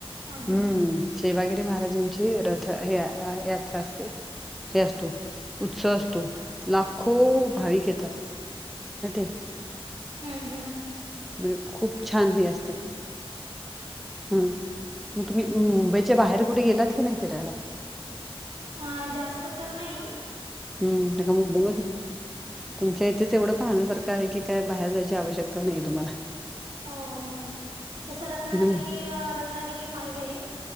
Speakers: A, on the right (about 80°); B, in the centre.
A: हां, हां.
B: हम्म सेवागिरी महाराजांची रथ... हे यात्रा असते... हे असतो उत्सव असतो, लाखो... भाविक येतात, माहितीये?
A: हुं.. हुं.
B: म्हणजे खूप छान हे असतं ह... मग तुम्ही मुंबईच्या बाहेर कुठे गेलात की नाही फिरायला?
A: अ... जास्त तर नाई
B: हम्म... <unintelligible> तुमच्या इथेच एवढं पाहण्यासारखं आहे, की काय बाहेर जायची आवश्यकताच नाहीए तुम्हाला
A: हो... हो, तसं रत्नागिरी...
B: म्हणजे
A: रत्नागिरी पाहिलंय